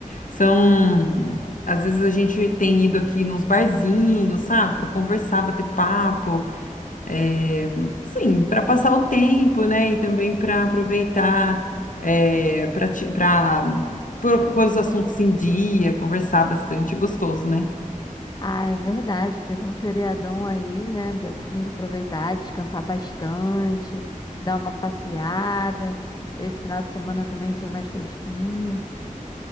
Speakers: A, on the left; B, on the left.
A: São. Às vezes a gente tem ido aqui nos barzinhos, sabe, para conversar, bater papo, é, sim, para passar o tempo, né, e também para aproveitar, é, para para pôr pôr os assuntos em dia, conversar bastante, é gostoso, né?
B: Ah, é verdade. Teve um feriadão aí, né? Deu pra gente aproveitar, descansar bastante, dar uma passeada. Esse final de semana também foi mais fresquinho.